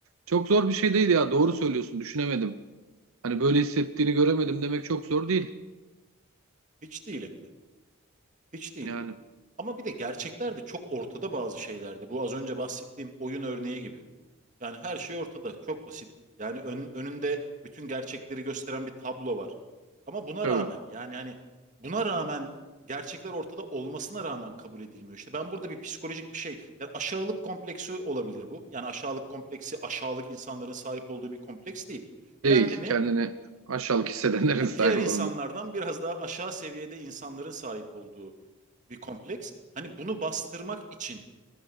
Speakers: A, on the right; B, on the right.
A: Çok zor bir şey değil ya, doğru söylüyorsun, düşünemedim. Hani böyle hissettiğini göremedim demek çok zor değil.
B: Hiç değil hem de. Hiç değil.
A: Yani
B: Ama bir de gerçekler de çok ortada bazı şeylerde. Bu az önce bahsettiğim oyun örneği gibi. Yani her şey ortada. Çok basit. Yani ön- önünde bütün gerçekleri gösteren bir tablo var. Ama buna
A: tabii
B: rağmen yani hani buna rağmen gerçekler ortada olmasına rağmen kabul edilmiyor. İşte ben burada bir psikolojik bir şey. Yani aşağılık kompleksi olabilir bu. Yani aşağılık kompleksi aşağılık insanların sahip olduğu bir kompleks değil.
A: değil.
B: Kendini
A: Kendini aşağılık hissedenlerin <laughs> sahibi
B: diğer insanlardan
A: oldu.
B: biraz daha aşağı seviyede insanların sahip olduğu bir kompleks. Hani bunu bastırmak için